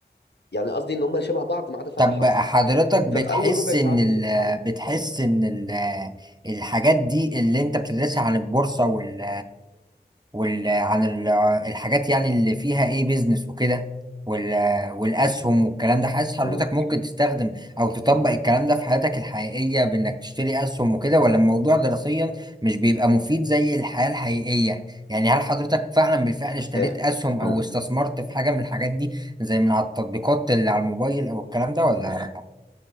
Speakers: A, on the left; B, on the right.
A: يعني قصدي ان هم شبه بعض ما عدا فرق
B: طب
A: حرف
B: حضرتك بتحس
A: ففي اول ربع
B: إن
A: ساعه في
B: ال
A: الامتحان
B: بتحس إن ال الحاجات دي اللي أنت بتدرسها عن البورصة وال وال عن ال- الحاجات يعني اللي فيها ايه بيزنس وكده وال والاسهم والكلام ده حاسس حضرتك
A: مم.
B: ممكن تستخدم او تطبق الكلام ده في حياتك الحقيقية بانك تشتري اسهم وكده ولا الموضوع دراسيا مش بيبقى مفيد زي الحياة الحقيقية يعني هل حضرتك فعلا بالفعل اشتريت
A: آه،
B: اسهم او
A: مم.
B: استثمرت في حاجة من الحاجات دي زي من على التطبيقات اللي على الموبايل او الكلام ده ولا لا